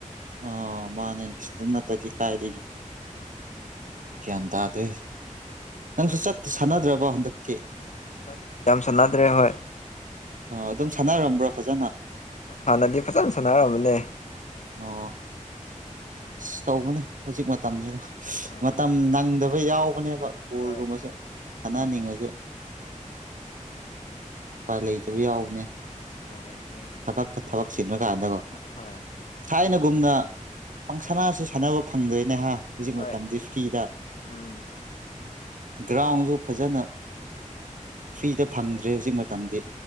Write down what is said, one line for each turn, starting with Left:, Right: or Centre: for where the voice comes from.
Right: ꯑ‌ꯣ ꯃꯥꯅꯦ ꯑꯗꯨ ꯅꯠꯇꯗꯤ ꯀꯥꯏꯗꯒꯤ
Left: <inaudible>
Right: ꯒ꯭ꯌꯥꯟ ꯇꯥꯗ꯭ꯔꯦ ꯅꯪꯁꯨ ꯆꯠ ꯁꯥꯟꯅꯗ꯭ꯔꯕ ꯍꯟꯗꯛꯇꯤ
Left: ꯍꯟꯗꯛ ꯌꯥꯝ ꯁꯥꯟꯅꯗ꯭ꯔꯦ ꯍꯣꯏ
Right: ꯑ ꯑꯗꯨꯝ ꯁꯥꯟꯅꯔꯝꯕ꯭ꯔꯣ ꯐꯖꯅ
Left: ꯍꯥꯟꯅꯗꯤ ꯐꯖꯅ ꯁꯥꯟꯅꯔꯝꯕꯅꯦ
Right: ꯑꯣ ꯑꯁ ꯇꯧꯕꯅꯦ ꯍꯧꯖꯤꯛ ꯃꯇꯝꯖꯤꯅ
Left: ꯍꯣꯏ
Right: ꯃꯇꯝ ꯅꯪꯗꯕ ꯌꯥꯎꯕꯅꯦꯕ ꯕꯣꯜꯒꯨꯝꯕꯁꯨ
Left: ꯍꯣꯏ
Right: ꯁꯥꯟꯅꯅꯤꯡꯉꯁꯨ
Left: ꯎꯝ
Right: ꯎꯄꯥꯏ ꯂꯩꯇꯕ ꯌꯥꯎꯕꯅꯦ
Left: ꯎꯄꯥꯏ ꯂꯩꯇ꯭ꯔꯦ
Right: ꯊꯕꯛꯇ ꯊꯕꯛ ꯆꯤꯜꯂ ꯀꯥꯟꯗꯒꯣ
Left: ꯍꯣꯏ
Right: ꯊꯥꯏꯅꯒꯨꯝꯅ ꯄꯪꯁꯅꯥꯁꯨ ꯁꯥꯟꯅꯕ ꯐꯪꯗ꯭ꯔꯦꯅꯦꯍꯥ ꯍꯧꯖꯤꯛ
Left: ꯍꯣꯏ
Right: ꯃꯇꯝꯗꯤ ꯐ꯭ꯔꯤꯗ
Left: ꯎꯝ
Right: ꯒ꯭ꯔꯥꯎꯟꯁꯨ ꯐꯖꯅ ꯐ꯭ꯔꯤꯗ ꯐꯪꯗ꯭ꯔꯦ ꯍꯧꯖꯤꯛ ꯃꯇꯝꯗꯤ